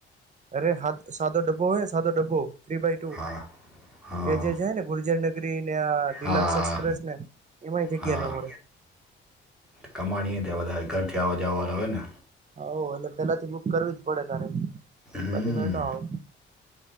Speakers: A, on the right (about 35°); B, in the centre.
A: અરે સાદો ડબ્બો હોય ને સાદો ડબ્બો થ્રી બાય ટુ
B: હા હા
A: એ જે છે ને ગુર્જર નગરી ડિલક્ષ
B: હા
A: એક્પ્રેસ ને એમાંય
B: હા
A: જગ્યા નો મળે
B: કમાણી થ વધારે ઘરથી આવાજવા હોયને
A: હવ એટલે પેલાથી બુક કરવી જ પડે તારે
B: હમ
A: પછી મેળ ન હોય